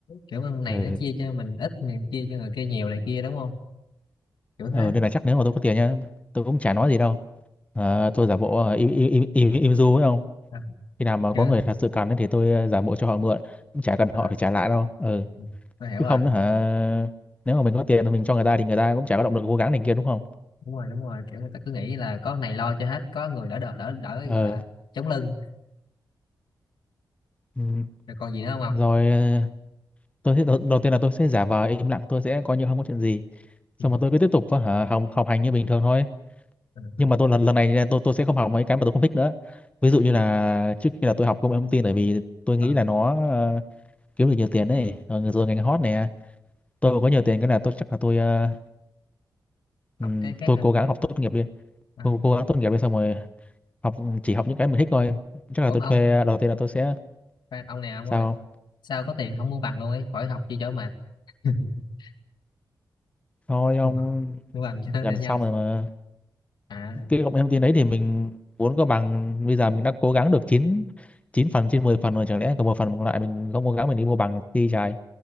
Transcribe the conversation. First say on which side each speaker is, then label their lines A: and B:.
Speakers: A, on the left; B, on the left.
A: kiểu con này
B: ừ.
A: nó chia cho mình ít mình chia cho người kia nhiều này kia đúng không kiểu thế
B: ừ nên là chắc nếu mà tôi có tiền nhá tôi cũng chả nói gì đâu Ờ, tôi giả bộ ờ, im im im im, im du ấy không
A: à,
B: khi nào mà
A: chưa
B: có người thật sự cần ấy thì tôi ờ, giả bộ cho họ mượn cũng chả cần
A: à,
B: họ phải trả lại đâu ừ
A: ừ, tôi hiểu
B: chứ
A: rồi
B: không nữa hả nếu mà mình có tiền thì mình cho người ta thì người ta cũng chả có động lực cố gắng này kia đúng không
A: đúng rồi đúng rồi kiểu người ta cứ nghĩ là có con này lo cho hết có người đỡ đỡ đỡ đỡ
B: ừ
A: gọi là chống lưng
B: Ừ.
A: rồi còn gì nữa không ông
B: rồi ờ, tôi sẽ đầu, đầu tiên là tôi sẽ giả vờ im lặng tôi sẽ coi như không có chuyện gì
A: Ừ.
B: xong rồi tôi cứ tiếp tục ờ, hả, học học hành như bình thường thôi
A: Ờ,
B: nhưng mà tôi lần lần này nha, tôi tôi sẽ không học mấy cái mà tôi không thích nữa ví dụ như là trước kia là tôi học công nghệ thông tin bởi vì tôi nghĩ
A: ờ.
B: là nó ờ, kiếm được nhiều tiền ấy rồi, rồi ngành hot này tôi mà có nhiều tiền cái là tôi chắc là tôi ờ,
A: học
B: ừm,
A: cái khác
B: tôi
A: hả
B: cố gắng học tốt nghiệp đi
A: à,
B: cố, cố gắng tốt nghiệp đi xong rồi học chỉ học những cái mình thích thôi chắc là
A: ốm
B: tôi
A: ông
B: thuê đầu tiên là tôi sẽ
A: khoan, ông nào ông
B: sao
A: ơi
B: không?
A: sao có tiền không mua bằng luôn ấy khỏi học chi cho mệt <laughs>
B: thôi ông
A: mua, mua bằng cho
B: gần
A: nó nhanh
B: xong rồi mà
A: à
B: cái công nghệ thông tin đấy thì mình muốn có bằng bây giờ mình đã cố gắng được 9 9 phần trên 10 phần rồi chẳng lẽ còn một phần còn lại mình không cố gắng mình đi mua bằng đi trái